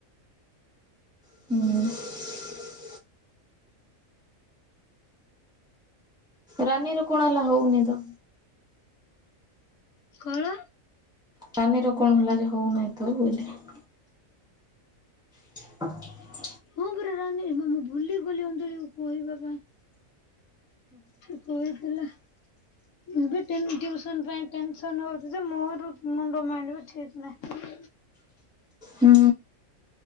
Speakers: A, in the centre; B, on the left.
A: <inaudible> ରାନୀର କ'ଣ ହେଲା? ହଉନି ତ।
B: <inaudible>
A: ରାନୀର କ'ଣ ହେଲା ଯେ ହଉ ନାଇଁ, ତ ହ <unintelligible>
B: ମୁଁ ପରା ରାନୀ, ବେ ମୁଁ ଭୁଲି ଗଲି ଅଞ୍ଚଳି କୁ କହିବା ପାଇଁ। କହିଥିଲା। ମୁଁ ବି ଟିନ୍ ଟିଉସନ୍‌ ପାଇଁ ଟେନସନ୍‌ ହଉଚି ଯେ, ମୋର ମୁଣ୍ଡ ମାଇଣ୍ଡି ବି ଠିକ୍ ନାହିଁ।
A: ହୁଁ